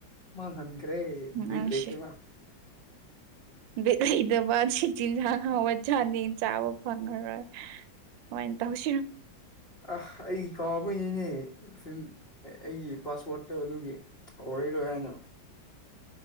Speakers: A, on the left; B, on the right.
A: ꯃꯥꯍꯟꯈ꯭ꯔꯦ ꯕꯤꯠ
B: ꯅꯪꯁꯤ
A: ꯂꯩꯇꯕ꯫
B: ꯕꯤꯠ ꯂꯩꯇꯕ <unintelligible> ꯑꯍꯤꯎꯕ ꯆꯥꯅꯤꯡ ꯆꯥꯕ ꯐꯪꯉꯔꯣꯏ꯫ ꯀꯃꯥꯏꯅ ꯇꯧꯁꯤꯅꯨ
A: ꯑ ꯑꯩ ꯀꯥꯎꯕꯩꯅꯤꯅꯦ ꯁꯨꯝ ꯑꯩꯒꯤ ꯄꯥꯁꯋ꯭ꯔꯥꯠꯇꯣ ꯑꯗꯨꯒꯤ꯫ ꯑꯣꯏ ꯑꯣꯏꯔꯣꯏ ꯌꯥꯅ